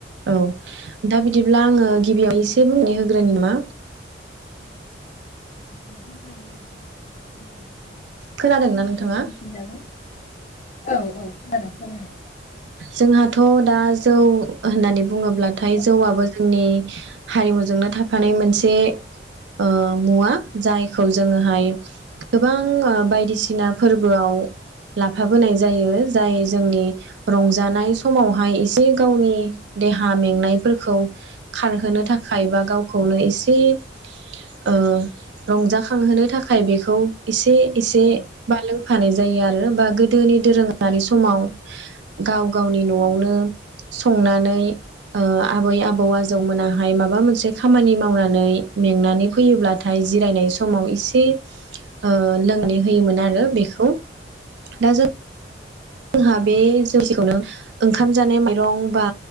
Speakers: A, on the right (about 70°); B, on the left (about 45°).
A: ओ दा बिदिब्ला आङो गिबियाव एसे बुंनो होगो ग्रोनि ना
B: <unintelligible>
A: खोनादोंना
B: एसे
A: नोंथाङा?
B: मोनथिजागोन औ औ खोनादों। खोनादों
A: जोंहाथ' दा जौ होननानै बुङोब्लाथाय
B: औ
A: जौआबो जोंनि हारिमुजोंनो थाफानाय मोनसे ओ मुवा जायखौ जोङोहाय गोबां बायदिसिना फोरबोआव लाफाबोनाय जायो जाय जोंनि रंजानाय समावहाय एसे गावनि देहा मेंनायफोरखौ खारहोनो
B: औ
A: थाखाय बा गाव खौनो एसे ओ रंजाखांहोनो थाखाय बेखौ एस ए एसे
B: औ
A: बा लोंफानाय जायो आरो बा गो दोनि दोरों दानि समाव गाव गावनि न'आवनो संनानै ओ आबै आबौ आजौ मोनाहाय माब माबा मोनसे खामानि मावनानै मेंनानै फैयोब्लाथाय जिरायनाय समाव एसे ओ लोंनो होयोमोन आरो बेखौ दा जों जोंहा बे जौसेखौनो ओंखाम जानाय माइरं बा